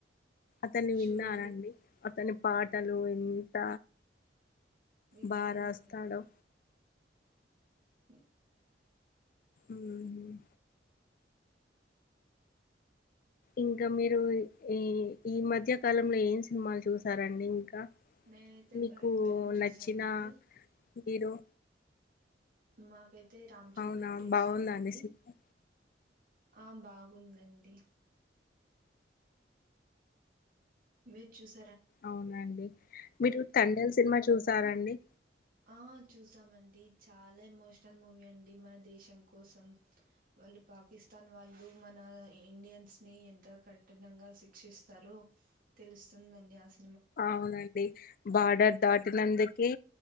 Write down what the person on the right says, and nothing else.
చూడలే
వినలేదండి
ఉమ్
నేనైతే
బ్యాండ్ మేళం చూసానండి
మాకైతే రామ్ చరణ్
అంటే ఇష్టం
అండి
ఆ బాగుందండి మీర్ చూస్
ఆ చూసామండి చాల ఎమోషనల్ మూవీ అండి మన దేశం కోసం వాళ్ళు పాకిస్తాన్ వాళ్ళు మన ఇండియన్స్ ని ఎంత కఠినంగా శిక్షిస్తారో తెలుస్తుందండి ఆస్